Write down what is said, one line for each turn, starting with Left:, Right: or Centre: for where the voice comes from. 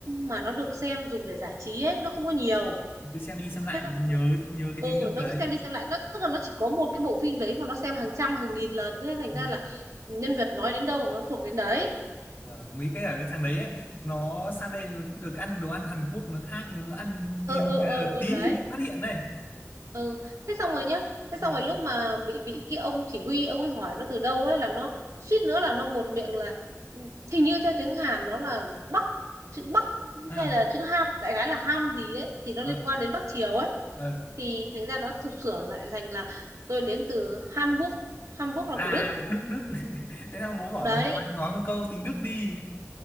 Right: mà nó được xem dùng để giải trí ấy nó không có nhiều
Left: Thì cứ xem đi xem lại
Right: thế xong
Left: nó nhớ
Right: rồi
Left: nhớ cái
Right: ừ
Left: tiếng Đức
Right: nó
Left: đấy
Right: cứ xem đi xem lại nó tức là nó chỉ có một cái bộ phim đấy mà nó xem hàng trăm hàng nghìn lần thế thành
Left: ừ.
Right: ra là nhân vật nói đến đâu nó thuộc đến đấy
Left: vâng mấy cái ở cái thằng đấy ấy, nó sang đây nó được ăn đồ ăn Hàn Quốc nó khác nó ăn
Right: ừ
Left: hiếu
Right: ừ ừ ừ
Left: tí
Right: đấy
Left: thì bị phát hiện này
Right: ừ thế xong rồi nhá thế
Left: ừ.
Right: xong rồi lúc mà bị bị cái ông chỉ huy ông ấy hỏi nó từ đâu ấy là nó suýt nữa là nó buột miệng là ừ, hình như theo tiếng Hàn nó là Bắc chữ Bắc
Left: ờ
Right: hay là chữ Ham đại khái là Ham gì ấy thì nó
Left: ờ
Right: liên quan đến Bắc Triều ấy
Left: ờ
Right: thì thành ra nó thực sửa lại thành là tôi đến từ Hamburg Hamburg là
Left: à
Right: của Đức
Left: Đức Đức <laughs> thế sao nó bảo
Right: đấy
Left: là nói, nói một câu tiếng Đức đi